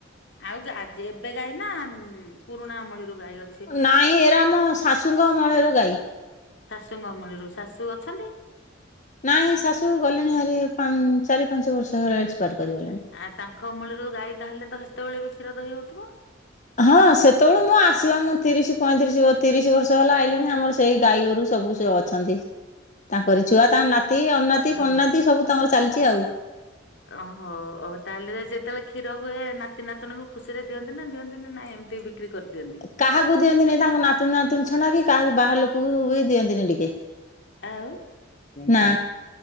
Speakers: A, on the left (about 60°); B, on the left (about 40°).
A: ଆଉ ଗା ଆଜ ଏବେ ଗାଈ ନା, ପୁରୁଣା ଅମଳିରୁ ଗାଇ ଅ
B: ନାଇଁ, ଏଇରା ଆମ ଶାଶୂଙ୍କ ଅମଳର ଗାଈ।
A: ଶାଶୂଙ୍କ ଅମଳରୁ। ଶାଶୂ ଅଛନ୍ତି?
B: ନାଇଁ, ଶାଶୂ ଗଲେଣି ହାରି ପାନ୍ ଚାରି ପାଞ୍ଚ ବର୍ଷ ହେଇଗଲା ଏକ୍ସପାର୍ଟ କରିଗଲେଣି।
A: ଆ ତାଙ୍କ ଅମଳରୁ ଗାଈ ତାହେଲେ ତ ହେତେବେଳେ ବି କ୍ଷୀର ଦହି ହଉଥିବ।
B: ହଁ ସେତେବେଳୁ ମୁଁ ଆସିବା ମୁଁ ତିରିଶ ପଇଁତିରିଶ ବ ତିରିଶ ବର୍ଷ ହେଲା ଆଇିଲିଣି, ଆମର ସେଇ ଗାଈ ଗୋରୁ ସବୁ ସେ ଅଛନ୍ତି। ତାଙ୍କରି ଛୁଆ, ତାଙ୍କ ନାତି, ଅଣନାତି,
A: ହଁ
B: ପଣନାତି ସବୁ ତାଙ୍କର ଚାଲିଚି ଆଉ।
A: ଓହୋ। ହଉ ତାହେଲେ ତ ଯେତେବେଳେ କ୍ଷୀର ହୁଏ, ନାତି ନାତୁଣୀଙ୍କୁ ଖୁସିରେ ଦିଅନ୍ତି ନା ଦିଅନ୍ତିନି ନାଇଁ ଏମିତି ବି ବିକ୍ରି କରିଦିଅନ୍ତି?
B: କାହାକୁ ଦିଅନ୍ତି ନାହିଁ, ତାଙ୍କ ନାତୁଣୀ ନାତୁଣୀ ଛଡା କିି କାହାକୁ ବାହାର ଲୋକକୁ ବି ଦିଅନ୍ତିନି ଟିକେ।
A: ଆଉ
B: ନାଁ।